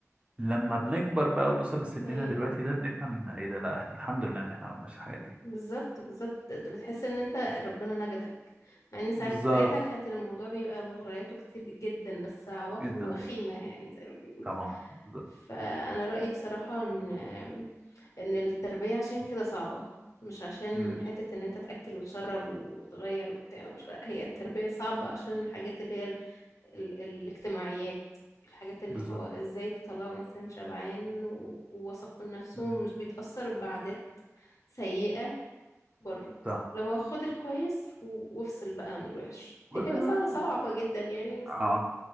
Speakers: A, on the right; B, on the left.
A: لما بنكبر بقى وبنوصل لسننا
B: ايوه
A: دلوقتي ده بنفهم إن إيه ده لا إحنا الحمد لله إن إحنا ما عملناش الحاجات دي
B: بالظبط بالظبط بت- بتحس ان انت ربنا نجدك مع ان ساعت
A: بالظبط
B: ساعتها كانت الموضوع بيبقى مغرياته كتير جدا بس عواقبه
A: جدا
B: وخيمة يعني زي ما بيقولوا
A: طبعا بالظبط
B: فانا رأيي بصراحة ان ان التربية عشان كده صعبة مش عشان
A: مم.
B: حتة ان انت تأكل وتشرب وتغير وبتاع مش- هي التربية صعبة عشان الحاجات اللي هي ال... ال... الاجتماعيات الحاجات اللي
A: بالظبط
B: هو ازاي تطلعوا انسان شبعان و... وواثق من نفسه
A: مم.
B: ومش بيتأثر بعادات سيئة بره
A: صح
B: لو هو خد الكويس و... وافصل بقى عن الوحش دي
A: ويبقى
B: حاجة صعبة
A: ده
B: صعبة
A: صح
B: جدا يعني بس
A: اه